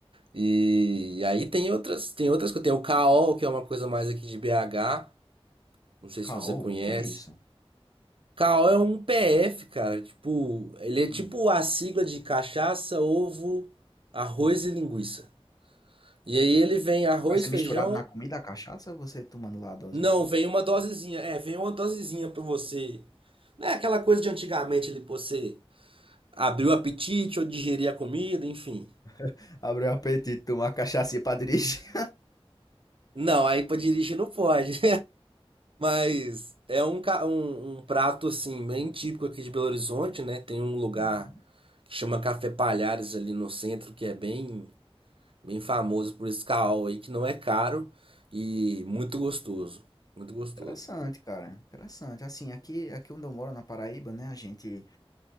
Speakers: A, on the right (about 60°); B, on the left (about 35°).
A: E aí tem outras, tem outras que tem o caol, que é uma coisa mais aqui de BH. Não sei
B: Caol,
A: se você conhece.
B: o que é isso?
A: Cal é um PF, cara. Tipo, ele é
B: Hum.
A: tipo a sigla de cachaça, ovo, arroz e linguiça. E aí ele vem arroz,
B: Mas é misturado
A: feijão.
B: na comida, a cachaça, ou você tomando lá a dose
A: Não,
B: mesmo?
A: vem uma dosezinha. É, vem uma dosezinha pra você. Não é aquela coisa de antigamente, ele, pô, você abrir o apetite ou digerir a comida, enfim.
B: <laughs> Abriu o apetite, tomar cachaça pra dirigir. <laughs>
A: Não, aí pra dirigir não pode. Mas é um, ca- um, um prato assim bem típico aqui de Belo Horizonte, né? Tem um lugar
B: Hum,
A: que chama Café Palhares ali no centro, que é bem bem famoso por esse caol aí, que não é caro e
B: hum.
A: muito gostoso, muito gostoso.
B: Interessante, cara. Interessante. Assim, aqui, aqui onde eu moro, na Paraíba, né, a gente...